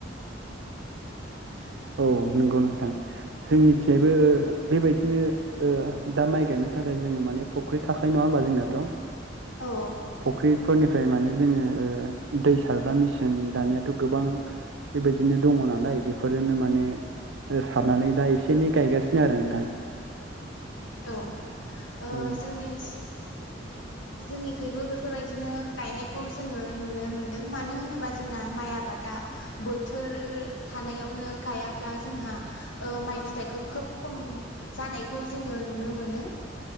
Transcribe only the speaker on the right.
औ नंगौ नोंथां जोंनिथिंजायबो बेबायदिनो ओ दा माइ गायनो थाखाय जोङो माने फ फुख्रि थाखाय नङा होमबा जोंनाथ'
फुख्रि फोरनिफ्राय माने जोङो ओ दै सारग्रा मेसिन दानियाथ' गोबां बेबायदिनो दङ' नालाय बे बेफोरजोंनो माने सारनानै दा एसे एनै गायगासिनो आरो नोंथां।
औ